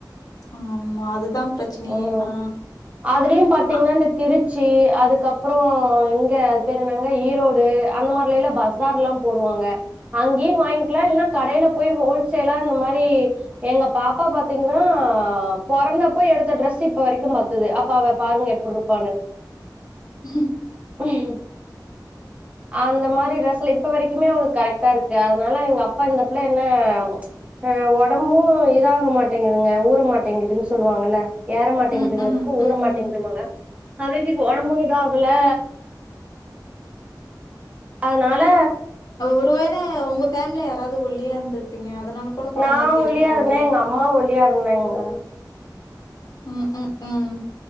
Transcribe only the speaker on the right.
ம்
அதுலயும் பாத்தீங்கன்னா
இந்த திருச்சி அதுக்கப்பறம் இங்க அது பேர் என்னாங்க ஈரோடு அந்த மாரிலல்லா பஸார் எல்லா போடுவாங்க அங்கேயும் வாங்கிக்கலா இல்லன்னா கடையில போய் ஹோல்சேலா இந்த மாரி எங்க பாப்பா பாத்தீங்கன்னா பொறந்தப் அப்போ எடுத்த டிரரெஸ் இப்ப வரைக்கும் பத்துது அப்ப அவ பாருங்க எப்டி இருப்பான்னு
<unintelligible> அந்த மாரி ட்ரெஸ்ல இப்ப வரைக்குமே அவளுக்கு கரெக்டா இருக்கு அதனால எங்க அப்பா இந்த பிள்ள என்ன ஆ ஒடம்பும் இதாக மாட்டேங்குதுங்க ஊற மாட்டேங்குதுன்னு சொ சொல்லுவாங்கல்ல ஏற மாட்டேங்குதுங்கிறதுக்கு
ஊற
மாட்டேங்குதுமாங்க அவளுக்கு ஒடம்பும் இதாகுலே அதனால
நான்
ஒள்ளியா
இருந்தே எங்க அம்மா ஒள்ளியா இருந்தாங்க